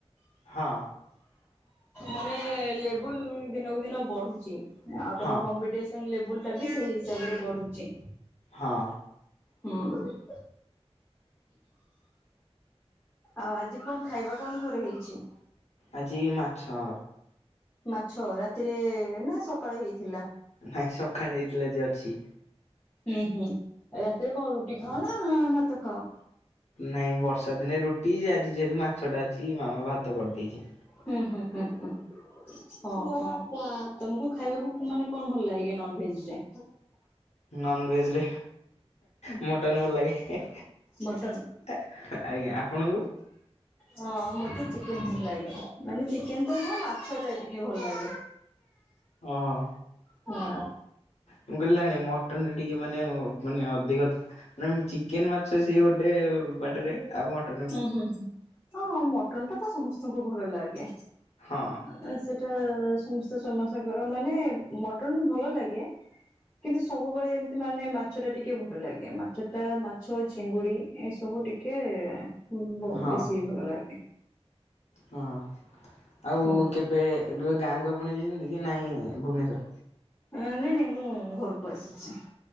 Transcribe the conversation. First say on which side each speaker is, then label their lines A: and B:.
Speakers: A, on the left; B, on the left.
A: ହଁ।
B: ମାନେ ଲେବୁଲ ଦିନକୁ ଦିନ ବଢୁଛି। ଆଉ ତମର
A: ହଁ
B: କମ୍ପିଟି ତମ ଲେବୁଲଟା ବି, ସେଇ ହିସାବରେ ବଢୁଛି।
A: ହଁ।
B: ହୁଁ। ଆଉ ଆଜି କଣ ଖାଇବା କଣ ଘରେ ହେଇଛି?
A: ଆଜି ମାଛ
B: ମାଛ ରାତିରେ ନା ସକାଳେ ହେଇଥିଲା?
A: ନାଇଁ ସଖାଳେ ହେଇଥିଲା ଯିଏ ଅଛି।
B: ହୁଁ ହୁଁ ରାତିରେ କଣ ରୁଟି ଖାଅ ନା ଭାତ ଖାଅ?
A: ନାଇଁ ବର୍ଷା ଦିନେ ରୁଟି ଆଜି ଯେହେତୁ ମାଛଟା ଅଛି ମାମା ଭାତ କରିଦେଇଛି।
B: ହୁଁ ହୁଁ ହୁଁ ହୁଁ। ହଁ ତମକୁ ଖାଇବାକୁ ମାନେ କଣ ଭଲ ଲାଗେ ନନ୍ ଭେଜରେ?
A: ନନ୍ ଭେଜରେ ମଟନ ଭଲ ଲାଗେ।
B: ମଟନ
A: ଆଜ୍ଞା ଆପଣଙ୍କୁ?
B: ହଁ ମୋତେ ଚିକେନ ଭଲ ଲାଗେ ମାନେ ଚିକେନ ତ ନୁହେଁ ମାଛଟା ଟିକେ ଭଲ ଲାଗେ।
A: ଓହୋ।
B: ହଁ।
A: ମୁଁ କହିଲି ନାଇଁ ନାଇଁ ମଟନଟା ଟିକେ ମାନେ ମାନେ ଅଧିକ ମ୍ୟାଡ଼ାମ ଚିକେନ ମାଛ ସିଏ ଗୋଟେ ବାଟରେ ଆଉ ମ
B: ଉଁ ହୁଁ ହୁଁ ମଟନଟା ତ ସମସ୍ତଙ୍କୁ ଭଲ ଲାଗେ। ଆଉ
A: ହଁ
B: ସେଇଟା ସମସ୍ତେ ସମସ୍ତଙ୍କର ମାନେ ମଟନ ବି ଭଲ ଲାଗେ କିନ୍ତୁ ସବୁବେଳେ ଏମତି ମାନେ ମାଛଟା ଟିକେ ଭଲ ଲାଗେ ମା ଛଟା ମାଛ ଓ ଚିଙ୍ଗୁଡି ଏସବୁ ଟିକେ ବ
A: ହଁ
B: ବେଶୀ ଭଲ ଲାଗେ।
A: ହଁ ହଁ ଆଉ
B: ହୁଁ
A: କେବେ ଏବେ ଗାଁକୁ ଆପଣ ଯାଇଛନ୍ତି କି ନାହିଁ ଭୁବନେଶ୍ୱର?
B: ଅ ନାଇଁ ନାଇଁ ମୁଁ ଘରକୁ ଆସିଛି।